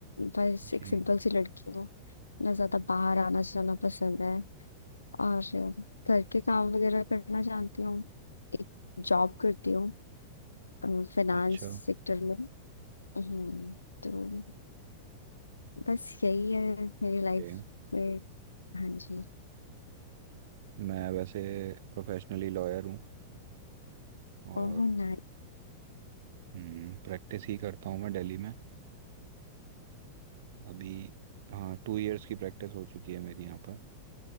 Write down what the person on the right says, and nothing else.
जी
अच्छा हम्म,
ओके
मैं वैसे प्रोफेशनली लॉयर हूँ और
हम्म, प्रैक्टिस ही करता हूँ मैं दिल्ली में अभी हाँ टू इयर्स की प्रैक्टिस हो चुकी है मेरी यहाँ पर